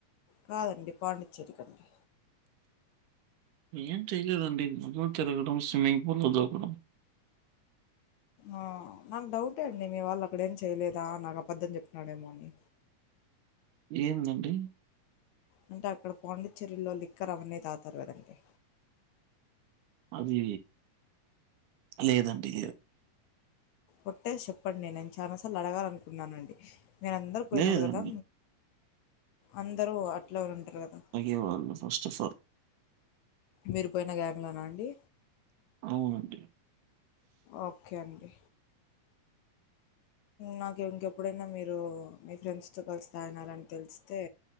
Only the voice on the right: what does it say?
ఏం చేయలేదండి <unintelligible> తిరగడం స్విమ్మింగ్ ఫూల్లో దూకడం
ఏందండి
అది లేదండి
లేదండి.
ఏమన్ను ఫస్ట్ అఫ్ ఆల్
అవునండి